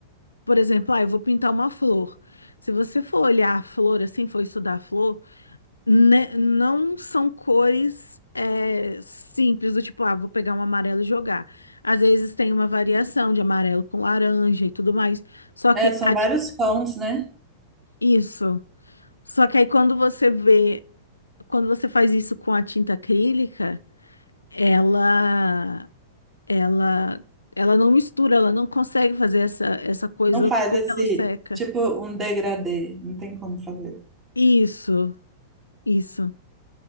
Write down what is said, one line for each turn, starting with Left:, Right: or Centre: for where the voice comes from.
Left: por exemplo, ah, eu vou pintar uma flor. Se você for olhar a flor assim, for estudar a flor, né, não são cores é, simples, do tipo, ah, vou pegar um amarelo e jogar. Às vezes tem uma variação de amarelo com laranja e tudo mais. Só
Right: É,
Left: que
Right: são
Left: a-
Right: vários tons, né?
Left: isso. Só que aí quando você vê, quando você faz isso com a tinta acrílica, ela, ela, ela não mistura, ela não consegue fazer essa, essa coisa
Right: Não faz
Left: porque
Right: esse,
Left: ela seca.
Right: tipo, um degradê. Não tem como fazer.
Left: Isso, isso.